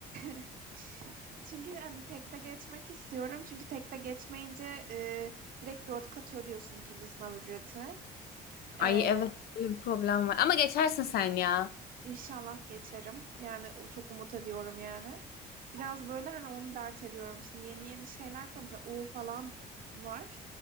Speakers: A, on the right; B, on the left.
A: <laughs> Çünkü hani tekte geçmek istiyorum. Çünkü tekte geçmeyince e, direkt dört kat ödüyorsun ikinci sınav ücreti. E,
B: Ay evet böyle bir problem var. Ama geçersin sen ya.
A: inşallah geçerim. Yani o çok umut ediyorum yani. Biraz böyle hani onu dert ediyorum. Şimdi yeni yeni şeyler koymuşlar. U falan var.